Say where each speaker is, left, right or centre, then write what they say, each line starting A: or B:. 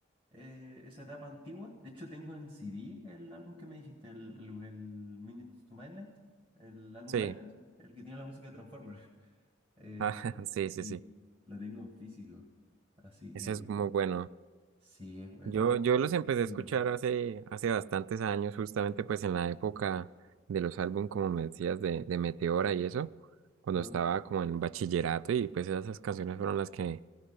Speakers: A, on the right; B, on the right.
A: eh, esa etapa antigua. De hecho, tengo en CD el álbum que me dijiste, el, el, el Minutes to Midnight, el álbum
B: Sí.
A: blanco,
B: <laughs>
A: ese, el que tiene la música de Transformers. <laughs> Eh,
B: Ah, sí, sí,
A: y
B: sí.
A: la tengo en físico. Así
B: Esa
A: que
B: es muy bueno.
A: sí, es, es
B: Yo,
A: como
B: yo los empecé
A: muy
B: a escuchar
A: bueno.
B: hace, hace bastantes años, justamente pues en la época de los álbumes, como me decías, de, de Meteora y eso, cuando
A: Ajá.
B: estaba como en bachillerato y pues esas canciones fueron las que,